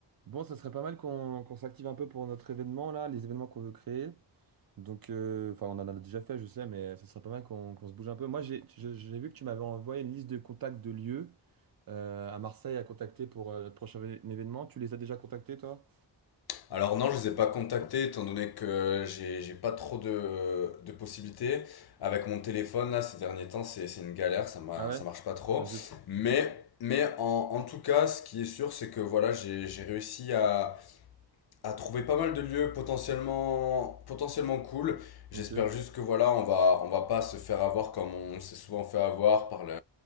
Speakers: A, on the right (about 55°); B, on the left (about 60°).
A: Bon, ça serait pas mal qu'on qu'on s'active un peu pour notre événement là, les événements qu'on veut créer. Donc, euh, enfin, on en a déjà fait, je sais, mais ça serait pas mal qu'on qu'on se bouge un peu. Moi, j'ai je- j'ai vu que tu m'avais envoyé une liste de contacts de lieux euh, à Marseille à contacter pour euh, notre prochain vé- événement. Tu les as déjà contactés, toi?
B: Alors non, je les ai pas contactés étant donné que j'ai j'ai pas trop de, de possibilités. Avec mon téléphone, là, ces derniers temps, c'est c'est une galère, ça m'a-
A: Ah ouais?
B: ça marche pas trop.
A: Ah zut.
B: Mais, mais en, en tout cas, ce qui est sûr, c'est que voilà, j'ai j'ai réussi à, à trouver pas mal de lieux potentiellement, potentiellement cool. J'espère
A: Ok.
B: juste que voilà, on va, on va pas se faire avoir comme on s'est souvent fait avoir par le,